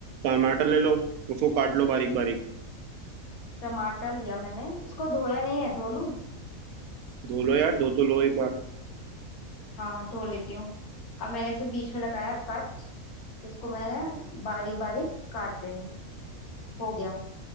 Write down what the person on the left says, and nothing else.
टमाटर लिया मैंने इसको धोया नहीं है धो लूँ
हाँ हाँ धो लेती हूँ अब मैंने इसे बीच में लगाया कट इसको मैंने बारीक बारीक काट रही हूँ हो गया